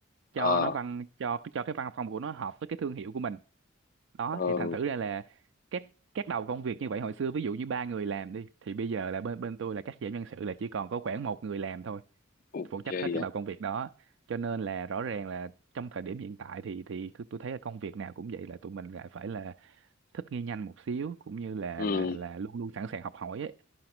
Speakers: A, on the right; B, on the left.
A: cho
B: ờ
A: nó văn cho cho cái văn phòng của nó hợp với cái thương hiệu của mình đó
B: ờ
A: thì thành thử ra là các các đầu công việc như vậy hồi xưa ví dụ như ba người làm đi thì bây giờ là bên bên tôi là cắt giảm nhân sự là chỉ còn có khoảng một người làm thôi
B: ok
A: phụ trách
B: vậy
A: hết các đầu công việc đó cho nên là rõ ràng là trong thời điểm hiện tại thì thì cứ- tôi thấy là công việc nào cũng vậy là tụi mình lại phải là thích nghi nhanh một xíu cũng như là
B: ừ
A: là là luôn luôn sẵn sàng học hỏi ấy